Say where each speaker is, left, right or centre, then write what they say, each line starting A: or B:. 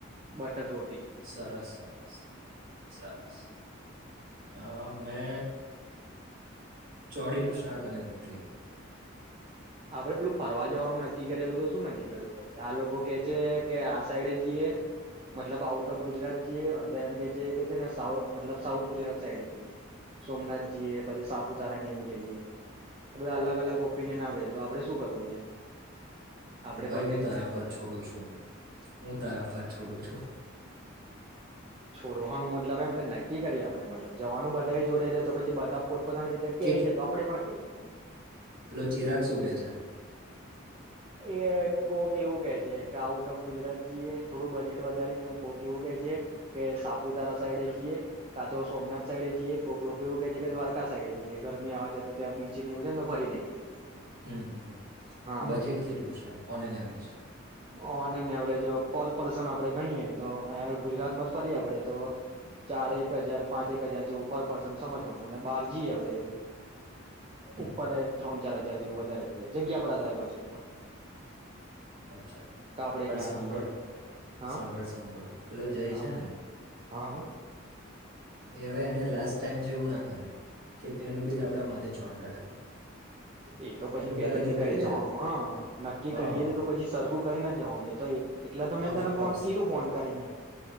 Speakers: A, on the right; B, on the right.
A: બ અજર. <unintelligible>
B: સરસ સરસ સરસ હ મે. ચોડીનું શાક અને રોટલી.
A: આપડે પેલું ફરવા જવાનું નક્કી કરેલું તો શું નક્કી કર્યું પછી આ લોકો કે છે કે આ સાઈડે જઈએ મતલબ આઉટ ઓફ ગુજરાત જઈએ અડધા એમ કે છે કે છે ને સા મતલબ સાઉથ ગુજરાત સાઈડે જઈએ સોમનાથ જઈએ પછી સાપુતારાની એવું જઈએ બધા અલગ અલગ ઓપિનિયન આવે છે. તો આપડે શું કરવું છે. આપડે
B: ભાઈ
A: પણ
B: હું
A: કઈક
B: તારા પર છોડું છું હું તારા પર છોડું છું.
A: છોડો હણું મતલબ એમ કે નક્કી કરીએ આપડે મતલબ જવાનું બધા જોડે છે તો પછી બધા. પોતપતાની કય
B: કેટ
A: છે તો આપડે પણ કહીએ એ.
B: પેલો ચિરાગ શું કહે છે
A: એ કોક એવું કેહે છે કે આઉટ ઓફ ગુજરાત જઈએ થોડું બજેટ વધારે ને કોઈક એવું કેહે છે કે સાપુતારા સાઈડે જઈએ કા તો સોમનાથ સાઈડે જઈએ કોક લોકો એવું કે છે કે દ્વારકા સાઈડે જઈએ ગરમી આવે છે તો ત્યાં બીચને એવું છે ને તો ફરી લઈએ.
B: હમ હમ
A: હા
B: બજેટ. કેટલું છે on an average
A: on an average પર. પર્સન આપણે ગણીએ તો અહીંયા આગ ગુજરાતમાં જ ફરીએ આપડે તો ચાર એક હજાર પાંચ એક હજાર જેવું પર પર્સન સમજવાનું અને બહાર જઈએ આપડે.
B: હમ
A: ઉપરે ત્રણ ચાર. હ જેવું વધારે થઈ જાય જગ્યા પર હાર પછી તો.
B: અચ્છા
A: આપડે
B: પણ
A: ક્યાં
B: સાંભળ
A: જઈએ હા
B: સાંભળ સાંભળ પેલો જય
A: હા
B: છે
A: બોલો
B: ને.
A: હા હા.
B: હવે એને લાસ્ટ ટાઈમ જેવું ના કરે કે એનું બિલ આપણા માથે ચોંટાડે.
A: એ તો પછી
B: એનું
A: પહેલે
B: પહેલાં
A: થી
B: જોઈ
A: કઈ
B: લે
A: દેવાનું
B: છે
A: હા નક્કી
B: હા
A: કરીએી તો પછી સરખું કરીને જ જવાનું. <unintelligible> એટલે તો મેં
B: ઓફકોર્સ
A: તને કીધું ફોન કરીને.